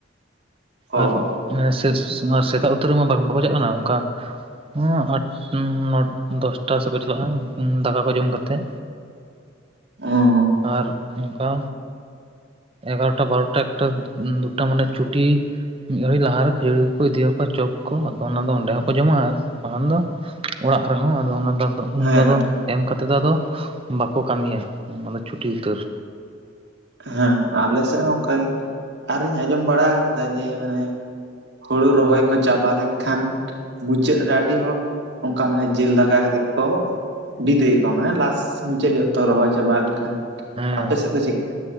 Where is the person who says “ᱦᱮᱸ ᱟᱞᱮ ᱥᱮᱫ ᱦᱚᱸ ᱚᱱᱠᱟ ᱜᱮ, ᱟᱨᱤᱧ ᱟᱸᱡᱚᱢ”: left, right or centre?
Right